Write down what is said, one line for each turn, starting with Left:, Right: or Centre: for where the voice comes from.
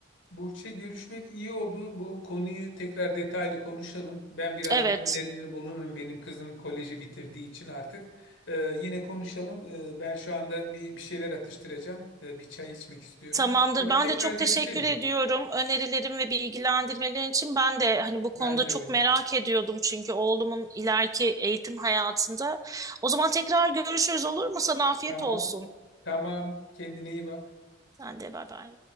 Left: Burç'e görüşmek iyi oldu. Bu konuyu tekrar detaylı konuşalım. Ben biraz
Right: Evet.
Left: daha önerileri bulunurum. Benim kızım koleji bitirdiği için artık. Ee, yine konuşalım. Ee, ben şu anda bir, bir şeyler atıştıracağım. Ee, bir çay içmek istiyorum.
Right: Tamamdır.
Left: Sonra
Right: Ben
Left: tekrar
Right: de çok
Left: görüşelim.
Right: teşekkür ediyorum önerilerim ve bilgilendirmelerin için. Ben de hani bu
Left: Ben
Right: konuda
Left: de
Right: çok
Left: öyle.
Right: merak ediyordum çünkü oğlumun ileriki eğitim hayatında. O zaman tekrar görüşürüz olur mu? Sana afiyet
Left: Tamam,
Right: olsun.
Left: tamam. Kendine iyi bak.
Right: Sen de bay bay.